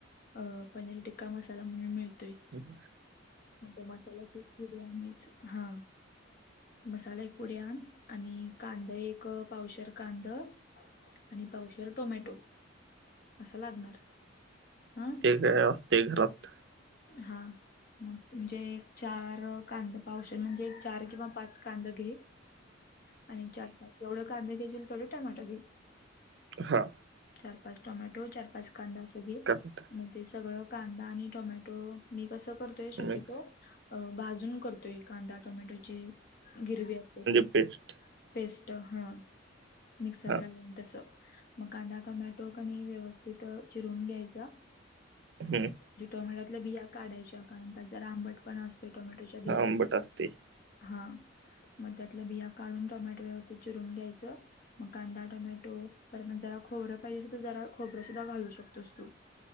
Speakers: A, on the left; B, on the right.
A: अ पनीर टिक्का मसाला म्हणून मिळतोय.
B: हो <unintelligible>
A: मण मसाल्याची पुढ आणिच हा. मसाला एक पुड्यान आणि कांदा एक पावशर कांद. आणि पावशेर टोमॅटो. असं लागणार. हा
B: ते <unintelligible> घरात.
A: हा. मग म्हजे चार कांदा पावशण म्हणजे एक चार किंवा पाच कांदा घे.
B: <unintelligible>
A: आणि चार पाच जेवढं कांदा घ्याशील तेवढं टमाटो घे
B: हा.
A: चार पाच टोमॅटो चार पाच कांदा असं घे.
B: कट
A: मग ते सगळं कांदा आणि टोमॅटो मी कसं करतोय शक्यतो.
B: मिक्स
A: अ भाजून करतोय कांदा टोमॅटोची गिरवी असते ती.
B: बेस्ट
A: पेस्ट हा मिक्सरला
B: हा
A: लावून तस. मग कांदा टोमॅटो कनी व्यवस्थित चिरून घ्यायचा.
B: हम्म
A: ज्या टोमॅटोतल्या बिया काढायच्या कारण त्या जरा आंबट पण असतो टोमॅटोच्या बियात.
B: हा आंबट असते
A: हा. मग, त्यातलं बिया काढून टोमॅटो व्यवस्थित चिरून घ्यायचं. मग कांदा, टोमॅटो परत मग, जरा खोबरं पाहिजे असे तर, जरा खोबरं सुद्धा घालू शकतोस तू.